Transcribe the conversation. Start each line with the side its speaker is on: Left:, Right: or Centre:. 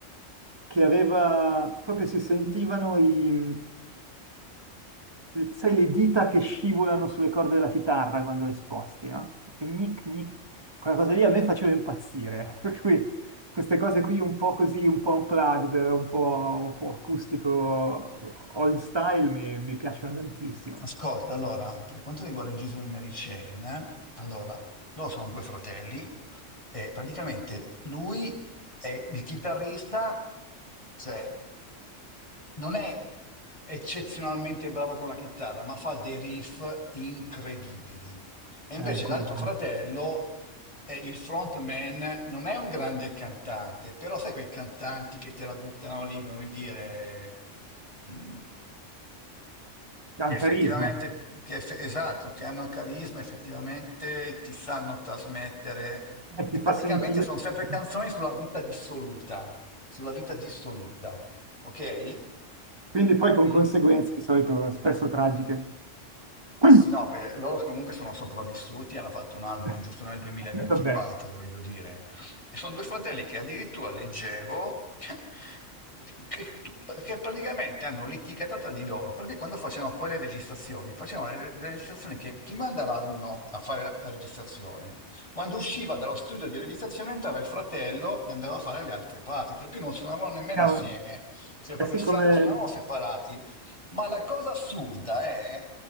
Right: che aveva... proprio si sentivano i, sai, le dita che scivolano sulle corde della chitarra quando le sposti, no? Proprio Gnic, gnic. Quella cosa lì a me faceva impazzire, <laughs> per cui queste cose qui un po' così, un po' unplugged, un po', un po' acustico, old style, mi, mi piacciono tantissimo.
Left: Ascolta, allora, per quanto riguarda il giro di Mary Chain, eh, allora, loro sono due fratelli e praticamente lui è il chitarrista, cioè non è eccezionalmente bravo con la chitarra, ma fa dei riff incredibili. E invece
Right: Eh, quello
Left: l'altro
Right: che
Left: fratello, eh, il frontman, non è un grande cantante, però sai quei cantanti che te la buttano lì, come dire, mm,
Right: ha
Left: che
Right: un
Left: effettivamente,
Right: carisma,
Left: che eff- esatto, che hanno carisma, effettivamente ti sanno trasmettere.
Right: eh,
Left: E
Right: ti fa
Left: praticamente
Right: sentire.
Left: sono sempre
Right: <laughs>
Left: canzoni sulla vita dissoluta, sulla vita dissoluta, ok?
Right: Quindi poi con
Left: Mm?
Right: conseguenze di solito spesso tragiche. <coughs>
Left: Sì, no, per loro che comunque sono sopravvissuti, hanno fatto un album
Right: <clears throat>
Left: giusto nel 2024,
Right: Vabbè,
Left: voglio dire. E sono due fratelli che addirittura leggevo che, che- che praticamente hanno litigato tra di loro, perché quando facevano poi le registrazioni, facevano le le registrazioni che prima andava uno a fare la, la registrazione, quando usciva dallo studio di registrazione entrava il fratello e andava a fare le altre parti, perché non suonavano nemmeno
Right: cavolo.
Left: assieme, cioè proprio
Right: Eh sì,
Left: sa-
Right: come,
Left: suonavano separati. Ma la cosa assurda è